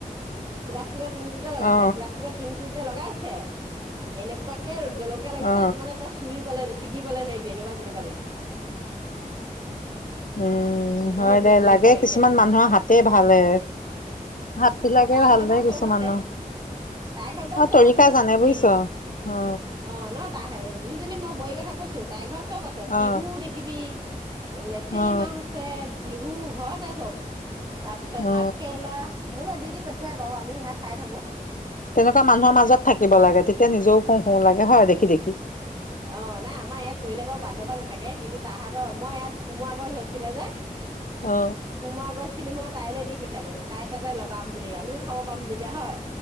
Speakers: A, on the right (about 30°); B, on the left (about 65°).
A: পিলাচ ।প্লাষ্টিকৰ টিংটো ত লগাইছে
B: অ
A: প্লাষ্টিকৰ টিং টটোত যে লগাই হে এনেকুৱাকে আৰু জলকীয়া লাগিছে
B: অ অ
A: ত মানে ত চুই বলে ছিকিবলে নোৱাৰিবি এনেকুৱা জলকীয়া লাগিছে
B: উম
A: ইমানে
B: হয়
A: ভূত
B: দে
A: জলকীয়া
B: লাগে
A: লাগিছে
B: কিছুমান
A: মানে
B: মানুহৰ হাতে ভালে হাত বিলাকে
A: অ তাইৰ
B: ভাল
A: ঘৰত বাৰু
B: দে কিছুমানৰ
A: চব আছে তাইৰ ঘৰত বাৰু চব
B: তৰিকা
A: আছে
B: জান নাই
A: তিহু
B: বুজিছ অ
A: অ ন তাহে যিজনী মই বোৱাৰি কথা কৈছো তাইৰ ঘৰত চব আছে
B: অ
A: তিহু দেখিবি লেচেৰি
B: অ
A: মাহ আছে বিহু ঘৰতে চব তাৰ পিছত
B: অ
A: ভাত কেৰেলা মূল আদিত পঠিয়াই বাৰু আমি স খাই থাকো
B: তেনেকুৱা মানুহৰ মাজত থাকিব লাগে তেতিয়া নিজেও কো শুওঁ লাগে হয় দেখি দেখি
A: অ নাই আমাৰ ইয়াত কৰিলে বাৰু বান্ধ বা থাকে কিন্তু তাহাঁতৰ মই ইয়াত কোমোৰা গছ আছিলে যে
B: অ
A: কোমৰা গছ খিনি মই তাইলে দি প পঠিয়ালো খালো তাই তাতে লগাওক বুলি আমিও খাব পাম যেতিয়া হয়